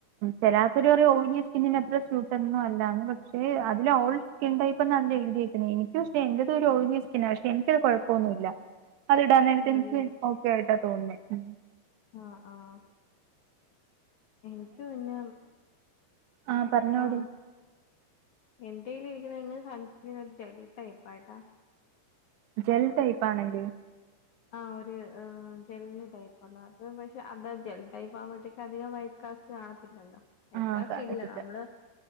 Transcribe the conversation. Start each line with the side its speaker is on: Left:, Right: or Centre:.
Right: ശരാശരി ഒരു ഓയിലി സ്കിന്നിന് അത്ര സ്യൂട്ടന്നും അല്ലന്ന് പക്ഷെ അതിൽ ഓൾ സ്കിൻ ടൈപ്പെന്നാണല്ലോ എഴുതിയക്കുന്നെ എനിക്ക്‌ പക്ഷെ എന്റെറത് ഒരു ഓയിലിസ്കിന്നാ പക്ഷെ എനിക്കത് കുഴപ്പൊന്നുല്ല അതിടാൻ നേരത്ത്
Left: ആണല്ലേ
Right: എനിക്ക് ഓക്കേ ആയിട്ടാ തോന്നുന്നേ മ്
Left: ആഹ് ആഹ് എനിക്ക് പിന്നെ
Right: ആ പറഞ്ഞോടി
Left: ആഹ് എന്റെ കയ്യിൽ ഇരിക്കുന്ന സൺസ്ക്രീൻ ഒരു ജെല്ലി ടൈപ്പാ കേട്ട
Right: ജെൽ ടൈപ്പാണല്ലെ
Left: ആഹ് ഒരു ജെല്ല് ടൈപ്പ്ള്ള പക്ഷെ അന്താ ജെൽ ടൈപ്പ് ആവുമ്പോഴത്തേക്ക അധികം വൈ കാ റ്റ് കാണത്തില്ലല്ലോ വൈകാസ്റ്റ്
Right: ആ കാണത്തില്ല
Left: ഇല്ല നമ്മള്